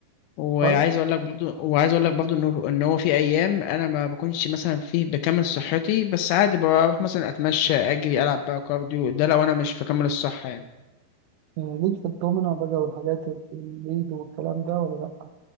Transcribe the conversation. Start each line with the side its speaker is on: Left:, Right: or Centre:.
Left: وعايز
Right: طيب
Left: أقول لك برضو وعايز أقول لك برضو إنه إن هو في أيام أنا ما بكونش مثلا فيه بكامل صحتي بس عادي بروح مثلا أتمشى أجري ألعب بقى كارديو ده لو أنا مش في كامل الصحة يعني.
Right: آه، ليك في الدومينو بقى والحاجات الليد والكلام ده ولا لأ؟